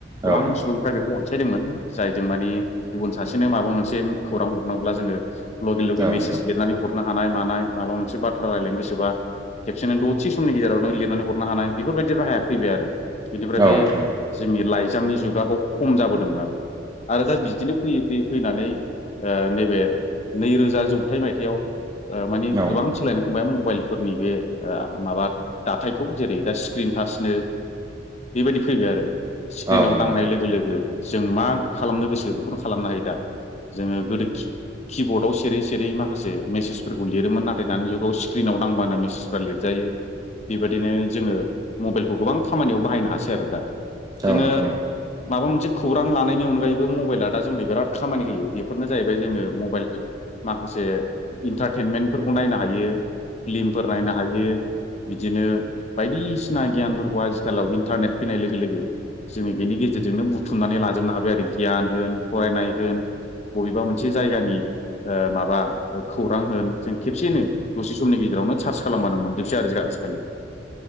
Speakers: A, on the left; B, on the right.
A: गोबां
B: औ
A: सुबुंफ्रा बेखौ अनसायदोंमोन। जायजों मानि गुबुन सासेनो माबा मोनसे खौरां हरनांगौब्ला जोङो। लगे लगे
B: नोंथां
A: मेसेज लिरनानै हरनो हानाय मानाय माबा मोनसे बाथ्रा रायलायनो गोसोबा। खेबसेनो दसे समनि गेजेराव नों लिरनानै हरनो हानाय बेफोरबायदि राहाया फैबाय आरो। बेनिफ्राय
B: औ
A: बे
B: नोंथां औ नोंथां
A: जोंनि लाइजामनि जुगा बाव खम जाबोदोंमोन आरो। आरो दा बिदिनो फैयै फैयै फैनानै। ओ नैबे नैरोजा जौथाइ मायथाइयाव माने
B: औ नोंथां औ नोंथां औ नोंथां
A: गोबां
B: औ नोंथां औ नोंथां औ नोंथां औ नोंथां औ नोंथां औ नोंथां
A: सोलायनायखौ नुबाय मबाइल। फोरनि बे माबा दाथाइखौ जेरै दा स्क्रिन टाचनो बेबायदि फैबाय आरो स्क्रिनाव
B: औ
A: दांनाय
B: औ नोंथां
A: लोगो लोगो जों मा खालामनो गोसो बेखौनो खालामनो हायो दा जोङो गोदो कि किबर्डआव सेरै सेरै माखासे मेसेजफोरखौ लिरोमोन नाथाय दानि जुगाव स्क्रिनाव दांबानो मेसेजफ्रा लिरजायो बेबायदिनो जोङो मबाइलखौ गोबां खामानियाव बाहायनो हासै आरो दा जोङो
B: औ नोंथां औ
A: माबा मोनसे खौरां लानायनि अनगायैबो मबाइला दा जोंनो बिराद खामानि होयो बे फोरनो जाहैबाय जोङो मबाइलजों माखासे इन्टारटेनमेन्टफोरखौ नायनो हायो फिल्मफोर नायनो हायो बिदिनो बायदिसिना सिना गियानफोरखौ आजिखालाव इन्टारनेट फैनाय लोगो लोगो जोङो बेनि गेजेरजोंनो बुथुमनानै लाजोबनो हाबाय आरो गियान होन फरायनाय होन बबेबा मोनसे जायगानि ओ माबा खौरां होन जों खेबसेनो दसे समनि गेजेरावनो सार्च खालामबानो मोनजोबसै आरो आजिखालि